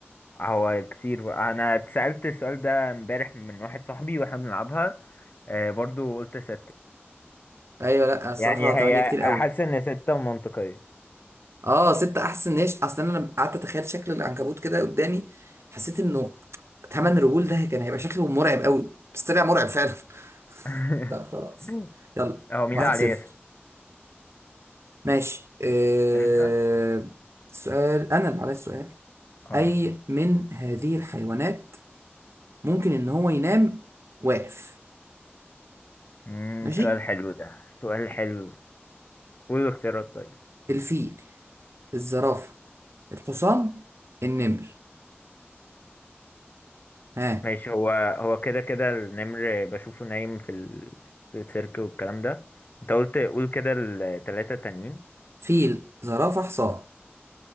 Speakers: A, on the left; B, on the right.
A: هو كتير بقى. أنا اتسألت السؤال ده امبارح من واحد صاحبي وإحنا بنلعبها آه، برضو قلت ستة
B: ايوه لا الصراحة
A: يعني
B: تمانية
A: هي
B: كتير
A: حاسس
B: قوي
A: ان ستة منطقية
B: اه ستة احسن ان هي ش- اصل انا لما قعدت اتخيل شكل العنكبوت كده قدامي حسيت انه تمن رجول ده كان هيبقى شكله مرعب قوي بس طلع مرعب فعلا
A: <laughs>
B: <laughs> طب خلاص يلا
A: هو مين
B: واحد
A: اللي عليه
B: صفر
A: يسأل
B: ماشي آه...
A: انت
B: سؤال أنا اللي عليا السؤال
A: اه
B: أي من هذه الحيوانات ممكن إن هو ينام واقف
A: امم
B: ماشي
A: سؤال حلو ده سؤال حلو قول الاختيارات طيب
B: الفيل الزرافة الحصان النمر ها
A: ماشي هو هو كده كده النمر بشوفه نايم في ال... في السيرك والكلام ده انت قلت قول كده التلاتة تانيين
B: فيل زرافة حصان